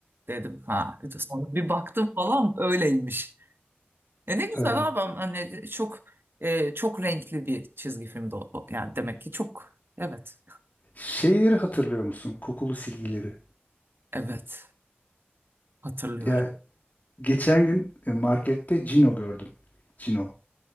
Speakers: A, on the right (about 65°); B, on the left (about 45°).
A: dedim. Ha. Sonra bir baktım falan öyleymiş. E ne güzel
B: Anladım.
A: abi. Hani çok e, çok renkli bir çizgi filmdi o. Yani demek ki çok. Evet.
B: Şeyleri hatırlıyor musun? Kokulu silgileri.
A: Evet. Hatırlıyorum.
B: Ya geçen gün e, markette Cino gördüm. Cino.